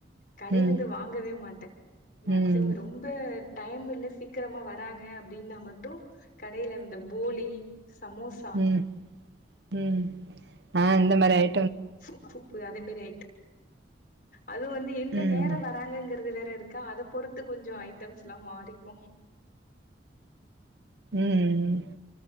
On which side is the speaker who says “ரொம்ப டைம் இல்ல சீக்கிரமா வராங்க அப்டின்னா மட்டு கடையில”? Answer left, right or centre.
Left